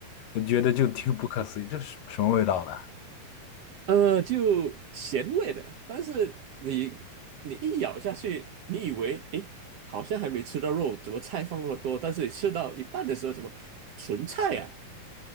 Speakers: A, on the left; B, on the right.
A: 我觉得就挺不可思议，这是什么什么味道的？
B: 呃，就咸味的，但是你你一咬下去，你以为诶，好像还没吃到肉，怎么菜放那么多？但是你吃到一半的时候，什么纯菜啊？